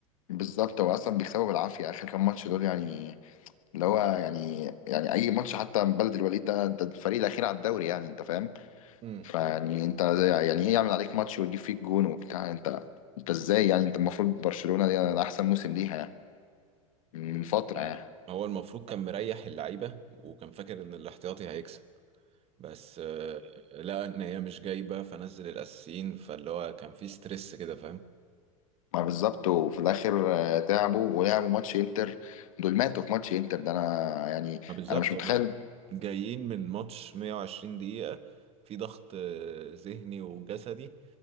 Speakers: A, on the left; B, on the right.
A: بالظبط هو اصلا بيكسبوا بالعافيه اخر كام ماتش دول يعني اللي هو يعني يعني اي ماتش حتى من بلد الوليد ده ده الفريق الاخير على الدوري يعني انت فاهم
B: امم
A: فيعني انت زي يعني ايه يعمل عليك ماتش ويجيب فيك جون وبتاع انت انت ازاي يعني انت المفروض برشلونه دي ده احسن موسم ليها يعني من فتره
B: يعني
A: يعني
B: هو المفروض كان مريح اللعيبه وكان فاكر ان الاحتياطي هيكسب بس آه، لقى ان هي مش جايبه فنزل الاساسيين فاللي هو كان في ستريس كده فاهم
A: ما بالظبط وفي الاخر آه، تعبوا ولعبوا ماتش انتر دول ماتوا في ماتش انتر ده انا يعني
B: ما بالظبط
A: انا مش
B: هما
A: متخيل
B: جايين من ماتش 120 دقيقه في ضغط آه، ذهني وجسدي